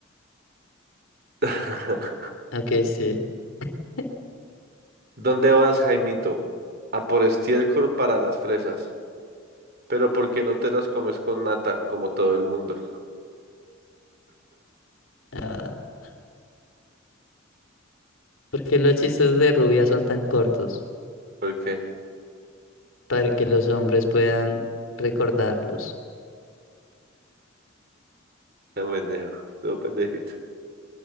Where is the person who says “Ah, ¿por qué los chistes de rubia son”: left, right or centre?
Left